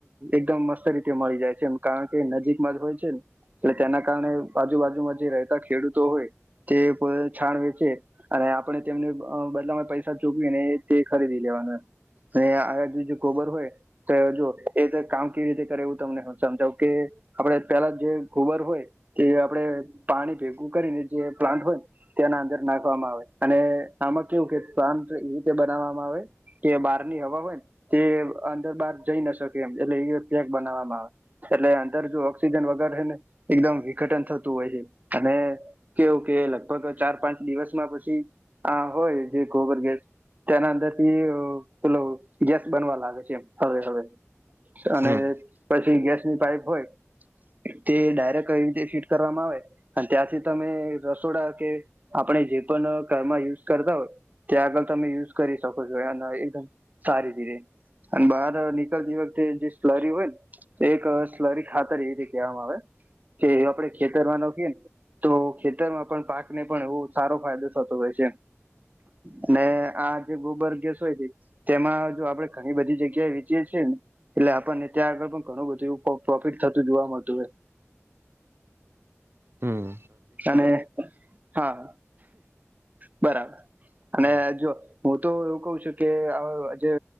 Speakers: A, on the right; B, on the right.
A: એકદમ મસ્ત રીતે મળી જાય છે એમ કારણ કે નજીકમાં જ હોય છે ને એટલે તેના કારણે આજુબાજુમાં જે રહેતા ખેડૂતો હોય તે છાણ વેચે અને આપણે તેમને બદલામાં પૈસા ચૂકવી ને તે ખરીદી લેવાનું અને આ જો ગોબર હોય તો જો એ કામ કેવી રીતે એવું તમને સમજાવ કે આપડે પેલા જે ગોબર હોય કે આપડે પાણી ભેગું કરીને જે પ્લાન્ટ હોયને તેના અંદર નાખવામાં આવે અને આમાં કેવું પ્લાન્ટ એવી રીતે બનાવવામાં આવે કે બહારની હવા હોય તે અંદર બહાર જઈ ન શકે એમ એટલે એેક બનાવા એટલે અંદર જો ઓક્સિજન વગરને એકદમ વિઘટન થતું હોય છે અને કેવું કે લગભગ ચાર પાંચ દિવસમાં પછી આ હોય જે ગોબર ગેસ તેના અંદર થી પેલ ગેસ બનવા લાગે છે એમ હળવે હવે અને
B: હમ
A: પછી ગેસની પાઈપ હોય તે ડાયરેક્ટ કઈ રીતે ફીટ કરવામાં આવે અને ત્યાંથી તમે રસોડા કે આપણે જે પણ ઘરમાં યુઝ કરતા હોય ત્યાં આગળ તમે યુઝ કરી શકો છો અને એકદમ સારી રીતે અને બહાર નિકળતી વ તે જે સ્લરી હોય એક સ્લરી ખાતર એવી કહેવામાં આવે કે આપડે ખેતરમાં નાખીએ ને તો ખેતરમાં પણ પાક ને પણ એવો સારો ફાયદો થતો હોય છે અને આ જે ગોબર ગેસ હોય છે તેમાં જો આપડે ઘણી બધી જગ્યાએ વીતીય છીએ ને એટલે આપણને ત્યાં આગળ પણ ઘણું બધું એવ પ્રોફિટ થતું જોવા મળતું હોય
B: હમ હમ
A: અને હા બરાબર
B: પછી
A: અને જો હું તો એવું ક છું કે જે